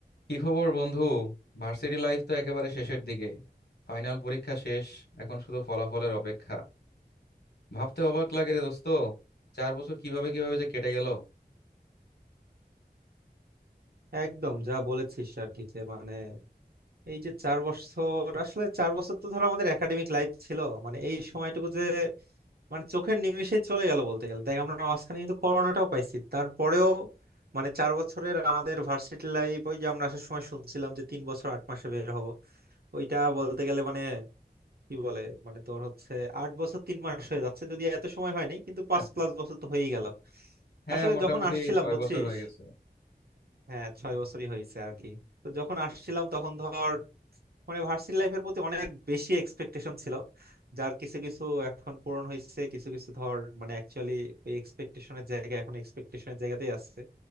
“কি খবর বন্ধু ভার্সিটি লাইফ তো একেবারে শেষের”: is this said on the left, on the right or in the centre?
Left